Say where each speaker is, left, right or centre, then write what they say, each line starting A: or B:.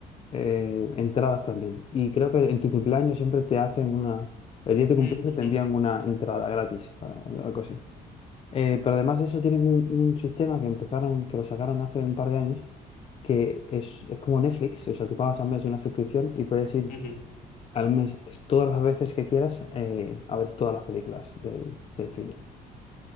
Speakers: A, on the left; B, on the left.
A: eh, entradas también. Y creo que en tu cumpleaños siempre te hacen una, el día de tu
B: Mm,
A: cumpleaños
B: ujú,
A: te envían una entrada gratis, para, algo así. Eh, pero además de eso tienen un, un sistema que empezaron, que lo sacaron hace un par de años, que es, es como Netflix, o sea, tú pagas al mes una suscripción y puedes ir
B: ujú.
A: al mes es- todas las veces que quieras eh, a ver todas las películas del, del cine.